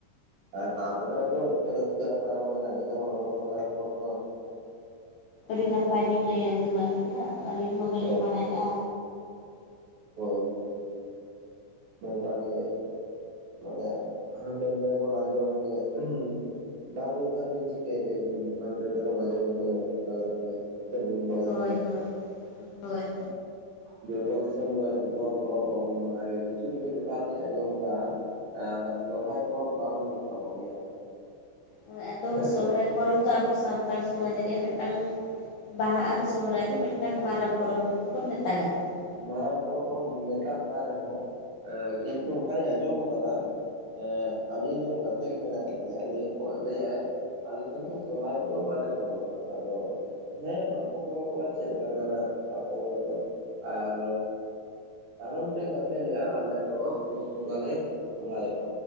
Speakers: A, on the right (about 60°); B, on the left (about 80°).
A: ᱟᱨ ᱛᱟᱯᱚᱨᱮ ᱟᱛᱩ ᱨᱟᱹᱥᱠᱟᱹ ᱟᱠᱚ ᱠᱚᱲᱟᱜᱦ ᱢᱟ ᱢᱮᱱᱟᱜ ᱜᱮᱛᱟᱵᱚᱱᱟ ᱟᱵᱚ ᱥᱟᱱᱛᱟᱲ ᱦᱚᱯᱚᱱ ᱢᱟ᱾
B: ᱟᱹᱰᱤ ᱱᱟᱯᱟᱭ ᱵᱤᱱ ᱞᱟᱹᱭᱟ ᱟᱸᱡᱚᱢᱟᱜ ᱞᱤᱧᱟᱹ ᱟᱹᱞᱤᱧ ᱦᱚᱸ ᱵᱟᱹᱞᱤᱧ
A: ᱦᱳᱭ
B: ᱵᱟᱰᱟᱭ ᱞᱟᱜᱼᱟ᱾
A: ᱦᱳᱭ ᱦᱳᱭ ᱱᱚᱝᱠᱟ ᱜᱮ ᱢᱟᱱᱮ ᱦᱟᱱᱮ ᱞᱮᱱᱰᱮ ᱠᱷᱚᱱ ᱟᱸᱡᱚᱢ ᱜᱮᱭᱟ <unintelligible> ᱵᱟᱝ ᱦᱩᱭᱩᱜ ᱠᱟᱱ ᱵᱤᱱ ᱪᱤᱠᱟᱹᱭ ᱞᱟᱹᱭᱮ ᱵᱤᱱ ᱟᱱᱰᱮᱱᱮ ᱠᱷᱚᱱ ᱟᱸᱡᱚᱢ ᱛᱚ ᱞᱟᱜᱟᱜ ᱜᱮᱭᱟ᱾ ᱥᱮ ᱵᱩᱡ ᱢᱟ
B: ᱦᱳᱭ ᱦᱳᱭ, ᱦᱳᱭ
A: ᱡᱚᱛᱚ ᱫᱤᱥᱚᱢ ᱫᱚ ᱡᱚᱛᱚ ᱯᱚᱨᱚᱵᱽ ᱵᱟᱵᱩᱱ ᱢᱟᱱᱟᱣ ᱜᱮᱭᱟ ᱠᱤᱪᱷᱩ ᱠᱤᱪᱷᱩ ᱴᱚᱴᱷᱟ ᱨᱮ ᱞᱤᱧᱸ ᱡᱚᱢ ᱟᱠᱟᱫᱼᱟ᱾ ᱟᱨ ᱥᱚᱨᱦᱟᱭ ᱯᱚᱨᱚᱵᱽ ᱵᱟᱝ ᱦᱩᱭᱩᱜ ᱛᱟᱠᱚᱱ ᱜᱮᱭᱟ᱾
B: ᱦᱳᱭ ᱟᱫᱚ
A: ᱦᱮᱸ
B: ᱥᱚᱦᱨᱟᱭ
A: ᱥᱮ
B: ᱯᱚᱨᱚᱵᱽ ᱫᱚ ᱟᱵᱚ ᱥᱟᱱᱛᱟᱲ ᱥᱚᱢᱟᱡᱽ ᱨᱮ ᱢᱤᱫᱴᱟᱝ ᱵᱟᱦᱟ ᱟᱨ ᱥᱚᱦᱚᱨᱟᱭ ᱫᱚ ᱢᱤᱫᱴᱟᱝ ᱢᱟᱨᱟᱝ ᱯᱚᱨᱚᱵᱽ ᱢᱮᱱᱛᱮᱵᱚᱱ ᱢᱮᱛᱟᱜ ᱜᱟᱜ ᱠᱟᱱᱟ
A: ᱢᱟᱨᱟᱝ ᱯᱚᱨᱚᱵᱽ ᱵᱚᱱ ᱢᱮᱛᱟᱜ ᱠᱟᱱ ᱨᱮᱦᱚᱸ ᱮ ᱠᱤᱱᱛᱩ ᱚᱱᱠᱟᱧ ᱟᱸᱡᱚᱢ ᱠᱟᱫᱟ ᱮᱫ ᱟ. ᱞᱤᱧ ᱨᱮᱱ ᱜᱟᱛᱮ ᱜᱮ ᱢᱮᱱᱟᱜ ᱠᱟᱫᱮᱭᱟ ᱞᱟᱹᱭ ᱠᱚ ᱞᱟᱹᱭᱟᱭ ᱟᱞᱮ ᱥᱮᱱ ᱫᱚ ᱥᱚᱨᱦᱟᱭ ᱠᱚ ᱵᱟᱞᱮ ᱯᱚᱨᱚᱵᱽ-ᱣᱟ ᱟᱫᱚ ᱦᱮᱸ ᱵᱟᱝᱠᱚ ᱯᱚᱨᱚᱵᱽᱚᱜᱼᱟ ᱪᱮᱫ ᱞᱮᱠᱟᱱᱟᱜ ᱟᱠᱚ ᱦᱚᱭᱛᱚ ᱟᱨ ᱟᱨᱚ ᱢᱤᱫᱴᱮᱱ ᱜᱟᱛᱮ ᱞᱟᱹᱭᱟ ᱟᱞᱮ ᱫᱚ ᱯᱩᱥ ᱵᱚᱸᱜᱟ ᱞᱮ ᱥᱚᱦᱨᱟᱭᱚᱜᱼᱟ᱾